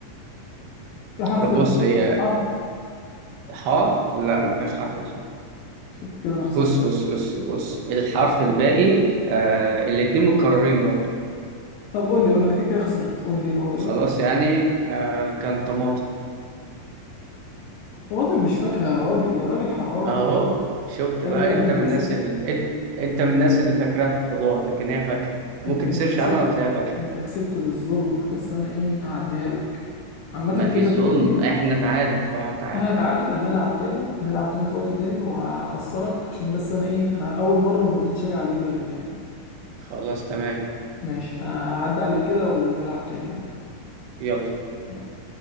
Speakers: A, on the left; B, on the right.
A: في حرف
B: طب
A: ال
B: بص هي
A: اه
B: حاء لا ما فيهاش حرف الحاء
A: شفت كده انا خسرت
B: بص بص بص بص الحرف الباقي آه الاتنين متكررين برضه
A: طب قول لي قول لي انا كده كده خسرت قول لي هو ايه
B: خلاص يعني آه كان طماطم
A: طب انا مش فاكهة يا راجل يا راجل حرام
B: اهو شفت
A: خلي
B: بقى
A: بالك
B: انت
A: انت
B: من الناس
A: كسبت
B: ال... إت- انت من الناس اللي فاكراها خضار لكن هي فاكهة ممكن
A: انت انت
B: تسيرش
A: كسبت
B: عنها وتلاقيها فاكهة
A: انت كسبت بالظلم بس انا ايه هعديها لك عامة
B: ما فيش
A: كده اتنين
B: ظلم
A: اتنين
B: احنا تعادل اه تعادل
A: احنا تعادل هنلعب تاني هنلعب تاني في وقت تاني وهخسرك عشان بس انا ايه انا اول مرة مرضتش اجي عليك جامد يعني
B: خلاص تمام
A: ماشي انا هعدي عليك كده ونلعب تاني يعني
B: يلا
A: يلا